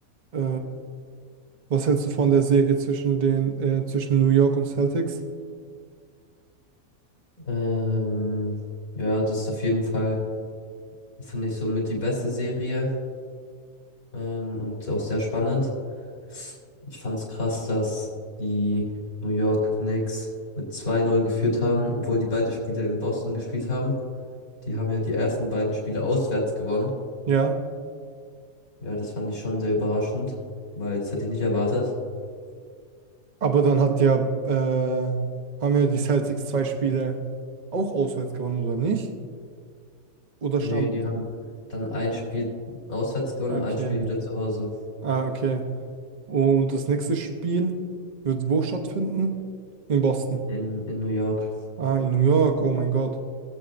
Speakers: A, on the right; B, on the left.
A: Äh, was hältst du von der Serie zwischen den, äh, zwischen New York und Celtics?
B: Ähm, ja, das ist auf jeden Fall, finde ich, somit die beste Serie, ähm, und auch sehr spannend. Ich fand's krass, dass die New York Knicks mit zwei null geführt haben, obwohl die beide Spiele in Boston gespielt haben. Die haben ja die ersten beiden Spiele auswärts gewonnen.
A: Ja,
B: Ja, das fand ich schon sehr überraschend, weil das hätte ich nicht erwartet.
A: aber dann hat ja, äh, haben ja die Celtics zwei Spiele auch auswärts gewonnen, oder nicht? Oder
B: Nee,
A: stand,
B: die haben dann ein Spiel auswärts gewonnen,
A: okay,
B: ein Spiel wieder zu Hause
A: ah, okay. Und das nächste Spiel wird wo stattfinden? In Boston.
B: in, in New York.
A: Ah, in New York, oh mein Gott.